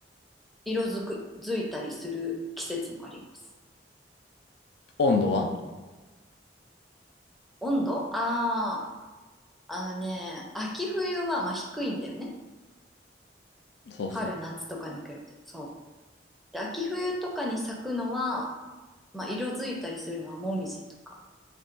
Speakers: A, in the centre; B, on the left.
A: 色づく、づいたりする季節もあります。
B: 温度は
A: 温度ああー、あのね、秋冬はまあ低いんだよね。
B: そうそ
A: 春、夏とかに比べて。そう。で、秋冬とかに咲くのは、まあ色づいたりするのはモミジとか、